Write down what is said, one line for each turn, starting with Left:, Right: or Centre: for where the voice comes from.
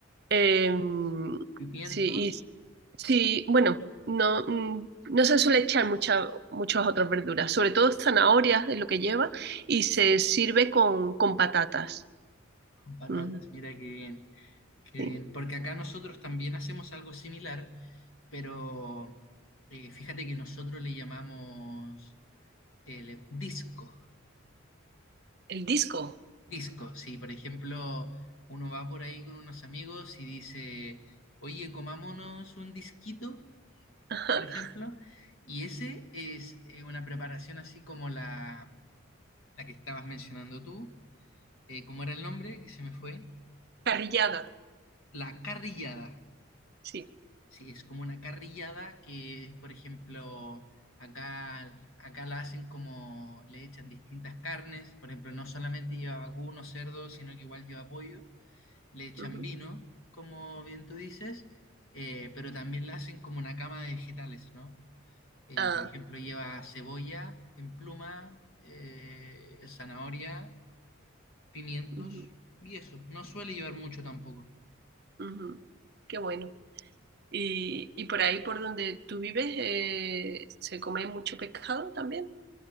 Right: eh,
Left: Pimientos
Right: sí, y sí, bueno, no, mm, no se suele echar muchas, muchas otras verduras, sobre todo zanahorias es lo que lleva y se sirve con, con patatas.
Left: con patatas,
Right: mm,
Left: mira qué bien, qué
Right: sí.
Left: bien. Porque acá nosotros también hacemos algo similar, pero eh, fíjate que nosotros le llamamos eh, le- disco.
Right: el disco,
Left: Disco, sí por ejemplo uno va por ahí con unos amigos y dice, oye, comámonos un disquito,
Right: <laughs>
Left: por ejemplo, y ese es eh, una preparación así como la, la que estabas mencionando tú, eh, ¿cómo era el nombre? Que se me fue.
Right: parrillada,
Left: La carrillada.
Right: sí.
Left: Sí, es como una carrillada que, por ejemplo, acá, acá la hacen como le echan distintas carnes, por ejemplo, no solamente lleva vacuno, cerdo, sino que igual lleva pollo, le echan
Right: Ujú.
Left: vino, como bien tú dices, eh, pero también la hacen como una cama de vegetales, ¿no? Eh,
Right: Ah,
Left: por ejemplo, lleva cebolla en pluma, eh, zanahoria, pimientos
Right: ujú,
Left: y eso. No suele llevar mucho tampoco.
Right: ujú. Qué bueno. Y, y por ahí, por donde tú vives, eh, ¿se come mucho pescado también?